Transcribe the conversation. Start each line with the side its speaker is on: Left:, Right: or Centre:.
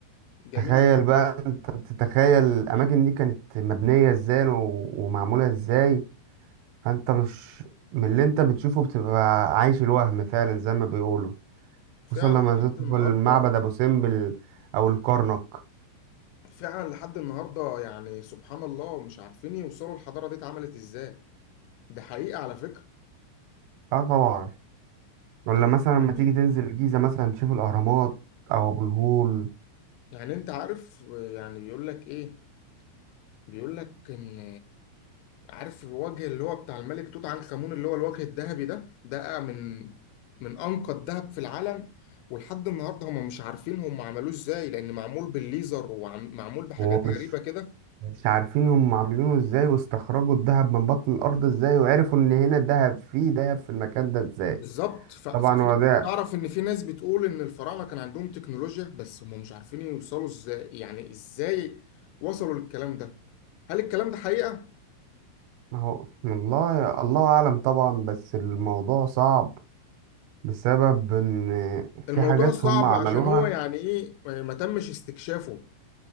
Left: جميل
Right: تخيل
Left: جدا
Right: بقى أنت بتتخيل الأماكن دي كانت مبنية إزاي و- ومعمولة إزاي فأنت مش من اللي أنت بتشوفه بتبقى عايش الوهم فعلا زي ما بيقولوا
Left: فعلا
Right: خصوصا لما
Left: لحد
Right: تدخل
Left: النهاردة
Right: معبد أبو سمبل أو الكرنك
Left: فعلا لحد النهارده يعني سبحان الله مش عارفين يوصلوا الحضاره دي اتعملت ازاي ده حقيقه على فكره
Right: أه طبعا ولا
Left: آه،
Right: مثلا لما
Left: يعني
Right: تيجي تنزل الجيزة مثلا تشوف الأهرامات أو أبو الهول
Left: يعني انت عارف يعني بيقول لك ايه بيقول لك ان عارف الوجه اللي هو بتاع الملك توت عنخ آمون اللي هو الوجه الذهبي ده ده من من انقى الذهب في العالم ولحد النهارده هم مش عارفين هم عملوه ازاي لان معمول بالليزر ومعمول بحاجات
Right: ومش
Left: غريبه كده
Right: مش عارفين هم عاملينه ازاي واستخرجوا الذهب من بطن الارض ازاي وعرفوا ان هنا ذهب فيه ذهب في المكان ده ازاي
Left: بالظبط ف- ففي
Right: طبعا هو ده
Left: تعرف ان في ناس بتقول ان الفراعنه كان عندهم تكنولوجيا بس هم مش عارفين يوصلوا ازاي يعني ازاي وصلوا للكلام ده هل الكلام ده حقيقه
Right: ما هو والله الله اعلم طبعا بس الموضوع صعب بسبب ان في
Left: الموضوع
Right: حاجات
Left: صعب
Right: هم عملوها
Left: عشان هو يعني ايه يعني ما تمش استكشافه